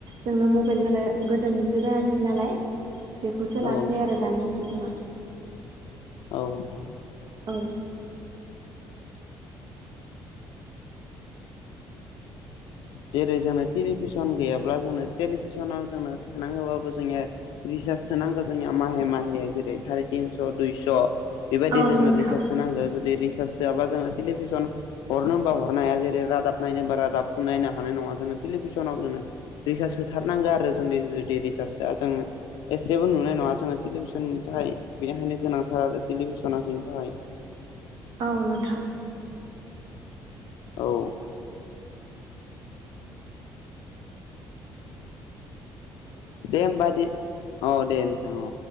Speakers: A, on the right (about 70°); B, on the left (about 80°).
A: जोंनो मबाइल ग गोदोनिसो गोनांथि नालाय बेखौसो
B: नोंथां
A: लासै आरो दानि सुबुङा
B: औ नोंथां
A: औ
B: जेरै जों टेलिभिसन गैयाब्ला जों टेलिभिसनाव जोंनो थानांगोबाबो जोंनिया रिसार्जसो नांगौ जोंनिया माहे माहे जेरै साराय तिनस' दुइस' बेबायदि
A: औ
B: जोंनो
A: नोंथां
B: रिसार्चस नांगौ जुदि रिसार्च बा जोङो टेलिभिसन हरनो हबा हरनो हाया जेरै रादाब नायनो रादाबनायनो हाया थानाय नङा जों टेलिभिसनाव जोङो रिस्स होथारनांगो आरो जों जुदि रिसार्ज होआ जोङो एसेबो नुनाय नङा जोंङो टेलिभिसननि थाखाय बेनिखायनो गोनांथार आरो टेलिभिसना जोंनि थाखाय
A: औ नोंथां।
B: औ। दे होमबा दे औ दे। नोंथां औ